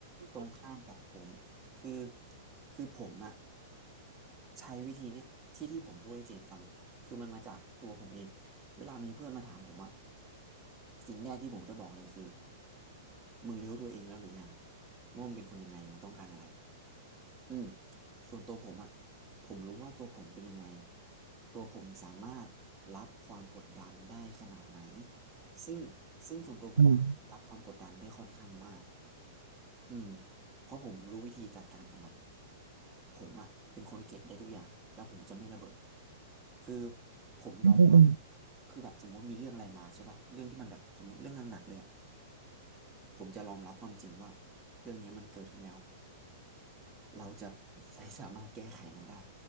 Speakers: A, on the right (about 15°); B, on the right (about 85°).
A: ตรงข้ามกับผมคือคือผมอะ ใช้วิธีเนี้ยที่ที่ผมพูดให้เจนฟังอะคือมันมาจากตัวผมเองเวลามีเพื่อนมาถามผมอะสิ่งแรกที่ผมจะบอกเลยคือมึงรู้ตัวเองแล้วหรือยังว่ามึงเป็นคนยังไงมึงต้องการอะไรอืมส่วนตัวผมอะผมรู้ว่าตัวผมเป็นยังไงตัวผมสามารถรับความกดดันได้ขนาดไหนซึ่งซึ่งส่วนตัวผมอะรับความกดดันได้ค่อนข้างมาก
B: อืม
A: อืมเพราะผมรู้วิธีจัดการกับมันผมอะเป็นคนเก็บได้ทุกอย่างแล้วผมจะไม่ระเบิดคือผมยอมรับ
B: อืมอืม
A: คือแบบสมมติมีเรื่องอะไรมาใช่ป่ะเรื่องที่มันแบบสมมติเรื่องหนักๆเลยอะผมจะยอมรับความจริงว่าเรื่องเนี้ยมันเกิดขึ้นแล้ว เราจะไม่สามารถแก้ไขมันได้